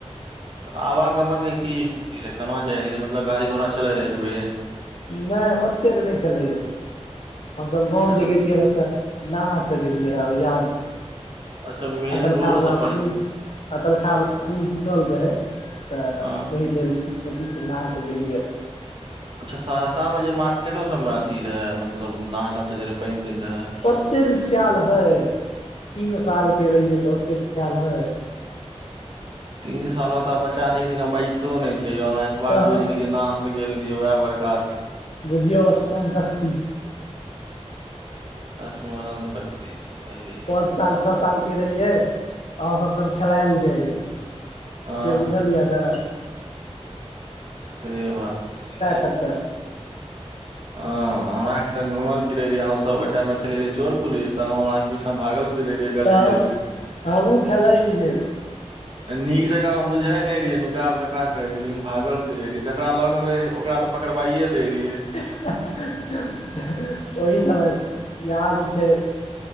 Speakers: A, on the right; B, on the left.
A: आवागमनके की स्थिति रहै केना जाइत रहियै मतलब गाड़ी घोड़ा चलैत रहै एतबे
B: नहि ओतेक नहि चलै रहै हाम सभ गाँव
A: अच्छा
B: जे गेलियै रह तऽ नाव से गेलियै रहए याद
A: अच्छा मेन
B: अकलखा
A: रोड
B: वला
A: सब पर
B: फूल आ तलखाावला पुल टूटल रहै तऽ
A: अ
B: ओहि लेल नदि गेल इ
A: अच्छा सहरसा में जे मार्केटों सबमें अथी रहै मतलब नहताा चलैत रहै पानि तानि रहै
B: ओतेक खिआल हइ तीन सालके रहियै तऽ ओतेक खिआल हइ
A: तीन साल मे तऽ बच्चा नीक छै बाजितो नहि छै आहा एते एतबा
B: तऽ
A: बुझि गेलियै नाव से गेल रहियै वएह बड़का छै
B: बुझियौ स्मरण शक्ति
A: स्मरण शक्ति ते तऽ सही बात
B: पाँच साल छौ सालके रहियै अहाँसभ त खेलाय ल जाइत रहियै
A: हँ
B: ते
A: हँ
B: बुझलिए
A: हँ
B: न
A: से बात तऽ सही
B: कतऽ
A: ह हमरा के संग घुमल फिरे रयै हम आहू सब गोटा मे खेले रहियै चोर पुलिस सब हमरा पीछा भागल फिरे रहियै गली
B: तब
A: गली
B: हमहूँ खेलै रहियै
A: नीक जकाँ बुझै नहि रहियै नुकाब केकरा कहै छै लेकिन भागल फिरै रहि जखन ओकरा लौग मे रहहिय ओकरा तऽ पकड़बइे दै रहियै
B: ओहि ठामक सब याद छै